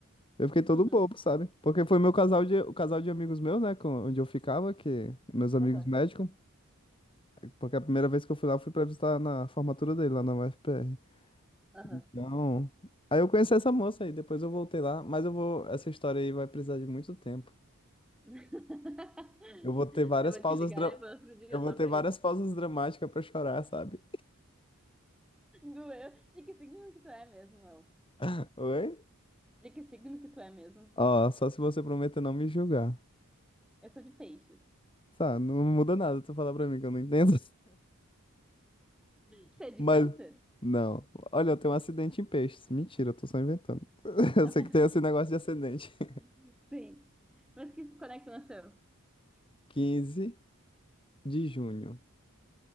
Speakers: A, on the left (about 25°); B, in the centre.
A: Eu fiquei todo
B: Uhum,
A: bobo, sabe? Porque foi meu casal de, o casal de amigos meus, né? com- onde eu ficava, que meus amigos
B: aham,
A: médicos. Porque a primeira vez que eu fui lá, eu fui pra visitar na formatura dele, lá na UFPR.
B: aham.
A: Então. Aí eu conheci essa moça aí, depois eu voltei lá. Mas eu vou. Essa história aí vai precisar de muito tempo.
B: <laughs>
A: Eu vou ter várias
B: Eu vou
A: pausas.
B: te ligar
A: dra-
B: depois outro dia
A: Eu vou
B: só
A: ter
B: pra
A: várias
B: isso.
A: pausas dramáticas pra chorar, sabe?
B: Doeu. De que signo que tu é mesmo, Léo?
A: <laughs> Oi?
B: De que signo que tu é mesmo?
A: Ó, só se você prometer não me julgar.
B: Eu sou de peixes.
A: Tá, não muda nada tu falar pra mim que eu não entendo.
B: Você é de
A: Mas,
B: câncer?
A: não. Olha, eu tenho um acidente em peixes. Mentira, eu tô só inventando. <laughs> Eu
B: Tá
A: sei
B: bem.
A: que tem esse negócio de acidente. <laughs>
B: <laughs> Sim. Mas que, quando é que tu nasceu?
A: Quinze de junho.